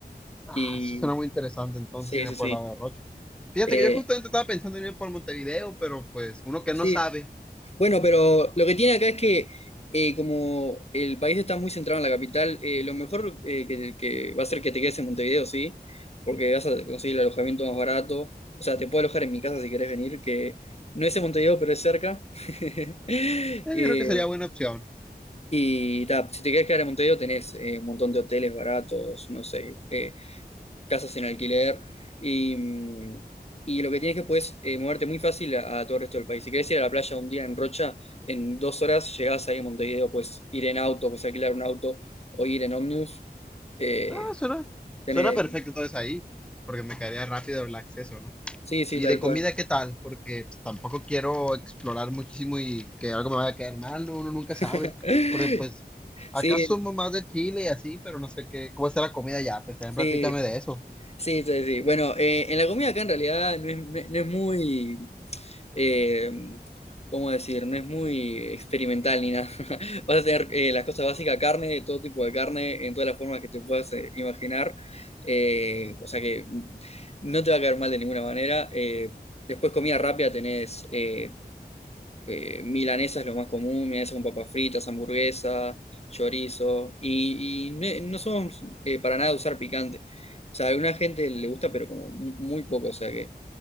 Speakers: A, in the centre; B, on the left (about 40°).
A: Ah,
B: Y
A: eso suena muy interesante, entonces
B: sí,
A: irme
B: sí,
A: por
B: sí.
A: el lado de Rocha. Fíjate
B: Eh,
A: que yo justamente estaba pensando en ir por Montevideo, pero pues uno que
B: sí.
A: no sabe,
B: Bueno, pero lo que tiene acá es que eh, como el país está muy centrado en la capital, eh, lo mejor eh, que, que va a ser que te quedes en Montevideo, sí, porque vas a conseguir el alojamiento más barato. O sea, te puedo alojar en mi casa si querés venir, que no es en Montevideo, pero es cerca. <laughs>
A: eh,
B: Eh,
A: yo creo que sería buena opción.
B: Y ta, si te querés quedar en Montevideo tenés eh, un montón de hoteles baratos, no sé, eh, casas en alquiler y, mm, y lo que tienes que puedes eh, moverte muy fácil a, a todo el resto del país. Si querés ir a la playa un día en Rocha, en dos horas llegás ahí a Montevideo, puedes ir en auto, puedes alquilar un auto o ir en ómnibus. Eh,
A: Ah, suena,
B: tenés-
A: suena perfecto entonces ahí, porque me caería rápido el acceso, ¿no?
B: Sí, sí,
A: Y
B: tal
A: de
B: cual.
A: comida, ¿qué tal? Porque pues, tampoco quiero explorar muchísimo y que algo me vaya a quedar mal, no, uno nunca
B: <laughs>
A: sabe. Porque pues acá
B: Sí,
A: somos más de Chile y así, pero no sé qué, cómo está la comida ya, pues también
B: sí,
A: platícame de eso.
B: sí, sí, sí. Bueno, eh, en la comida acá en realidad no es, no es muy, eh, ¿cómo decir? No es muy experimental ni nada. <laughs> Vas a tener eh, las cosas básicas, carne, todo tipo de carne, en todas las formas que te puedas eh, imaginar. Eh, o sea que no te va a caer mal de ninguna manera. Eh, después comida rápida tenés eh, eh, milanesa es lo más común, milanesa con papas fritas, hamburguesa, chorizo. Y, y ne- no somos eh, para nada de usar picante. O sea, a alguna gente le gusta, pero como mu- muy poco. O sea que